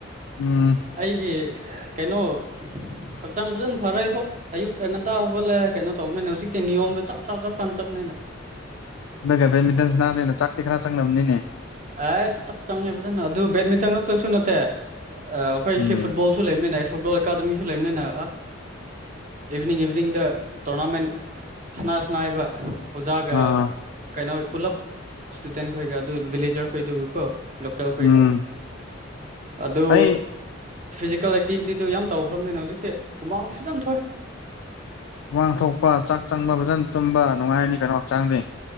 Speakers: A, on the left; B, on the right.
A: ꯎꯝ
B: ꯑꯩꯒꯤ ꯀꯩꯅꯣ ꯍꯛꯆꯥꯡ ꯐꯖꯅ ꯐꯔꯏꯕꯣ ꯑꯌꯨꯛ ꯑꯩ ꯉꯟꯇꯥ ꯍꯧꯒꯠꯂꯦ ꯀꯩꯅꯣ ꯇꯧꯕꯅꯤꯅ ꯍꯧꯖꯤꯛꯇꯤ ꯅꯤꯌꯣꯝꯗ ꯆꯞ ꯆꯞ ꯆꯞ ꯆꯥꯅ ꯆꯞꯅꯤꯅ
A: ꯑꯗꯨꯒ ꯕꯦꯃꯤꯇꯟꯁꯤ ꯅꯥꯕꯅ ꯆꯥꯛꯇꯤ ꯈꯔ ꯆꯪꯅꯕꯅꯤꯅꯦ
B: ꯑꯁ ꯆꯪꯉꯦ ꯐꯖꯅ ꯑꯗꯨ ꯕꯦꯠꯃꯤꯟꯇꯟ ꯉꯛꯇꯁꯨ ꯅꯠꯇꯦ ꯑꯩꯈꯣꯏꯁꯦ
A: ꯎꯝ
B: ꯐꯨꯠꯕꯣꯜ ꯁꯨ ꯂꯩꯃꯤꯅꯤꯅꯦꯏ ꯐꯨꯠꯕꯣꯜ ꯑꯦꯀꯥꯗꯃꯤꯁꯨ ꯂꯩꯕꯅꯤꯅ ꯏꯚꯤꯅꯤꯡ ꯏꯚꯤꯅꯤꯡꯗ ꯇꯣꯔꯅꯥꯃꯦꯟ ꯁꯅꯥꯁꯅꯥꯏꯕ ꯑꯣꯖꯥꯒ
A: ꯑꯥ
B: ꯀꯩꯅꯣ ꯄꯨꯂꯞ ꯏꯁꯇꯨꯗꯦꯟ ꯈꯣꯏꯒ ꯑꯗꯨ ꯚꯤꯂꯦꯖꯔ ꯈꯣꯏꯗꯨꯒꯀꯣ ꯂꯀꯦꯜꯈꯣꯏꯒ
A: ꯎꯝ
B: ꯑꯗꯨ
A: ꯑꯩ
B: ꯐꯤꯖꯤꯀꯦꯜ ꯑꯦꯛꯇꯤꯚꯤꯇꯤꯗꯨ ꯌꯥꯝ ꯇꯧꯈ꯭ꯔꯕꯅꯤꯅ ꯍꯧꯖꯤꯛꯇꯤ ꯍꯨꯃꯥꯡꯇꯤ ꯐꯖ ꯌꯥꯝ ꯊꯣꯛꯏ
A: ꯋꯥꯡ ꯊꯣꯛꯄ ꯆꯥꯛ ꯆꯪꯕ ꯐꯖꯅ ꯇꯨꯝꯕ ꯅꯨꯡꯉꯥꯏꯔꯅꯤ ꯀꯩꯅꯣ ꯍꯛꯆꯥꯡꯗꯤ